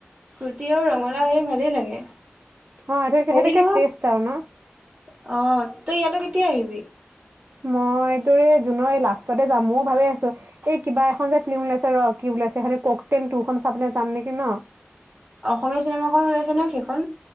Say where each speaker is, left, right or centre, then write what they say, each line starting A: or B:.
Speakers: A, on the right; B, on the right.
A: ৰুটি আৰু ৰঙালাও হেই ভালেই লাগে।
B: অ' এইটো
A: হেৰি
B: সেইটোকে
A: নহয়
B: টেষ্ট
A: অহ,
B: আৰু ন?
A: তই ইয়ালৈ কেতিয়া আহিবি?
B: মই এইটোৰে জুনৰ এই লাষ্টতে যাম, ময়ও ভাবি আছো এই কিবা এখন যে ফিল্ম ওলাইছে ৰ কি ওলাইছে ককটল খন চাবলৈ যাম নেকি ন।
A: অসমীয়া চিনেমাখন ওলাইছে ন, সেইখন?